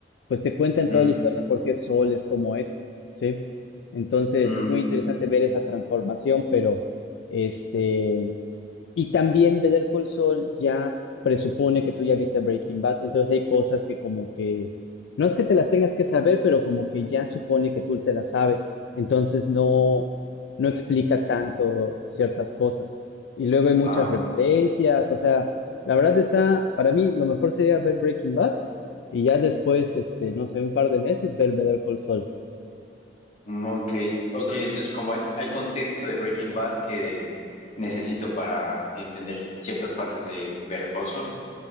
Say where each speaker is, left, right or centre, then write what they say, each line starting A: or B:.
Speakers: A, on the left; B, on the left.
A: pues te cuentan
B: Ujú.
A: toda la historia por qué Sol es como es, ¿sí? Entonces
B: Mm,
A: es muy interesante ver esa transformación, pero este, y también Better Call Saul ya presupone que tú ya viste Breaking Bad, entonces hay cosas que como que no es que te las tengas que saber, pero como que ya supone que tú te las sabes. Entonces no,
B: Mm.
A: no explica tanto ciertas cosas. Y luego hay muchas
B: Ah, ok.
A: referencias. O sea, la verdad está, para mí lo mejor sería ver Breaking Bad y ya después, este, no sé, un par de meses ver Better Call Saul.
B: Mm, Ok, ok, entonces como hay, hay contexto de Breaking Bad que necesito para entender ciertas partes de Better Call Saul.